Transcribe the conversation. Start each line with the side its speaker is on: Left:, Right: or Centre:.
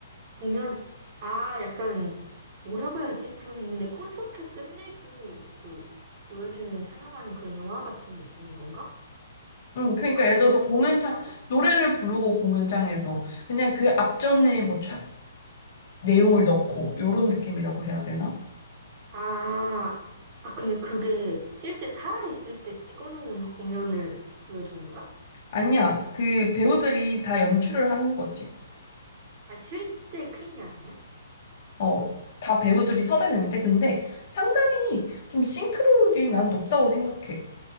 Right: 공연, 아, 약간, 뭐라고 해야지? 그거 있는데 콘서트 끝내고 그, 보여주는, 상영하는 그런 영화 같은 느낌인 건가?
Left: 응, 그러니까
Right: 아,
Left: 예를
Right: 그런
Left: 들어서 공연장,
Right: 그걸 좀,
Left: 노래를 부르고 공연장에서 그냥 그 앞전에 뭐 차- 내용을 넣고, 요런 느낌이라고 해야 되나?
Right: 아, 아, 근데 그게 실제 살아있을 때 찍어놓은 공연을 보여주는 거야?
Left: 아니야. 그 배우들이 다 연출을 하는 거지.
Right: 아, 실제 퀸이 아니야?
Left: 어, 다 배우들이 섭외냈는데, 근데 상당히 좀 싱크로율이 난 높다고 생각해.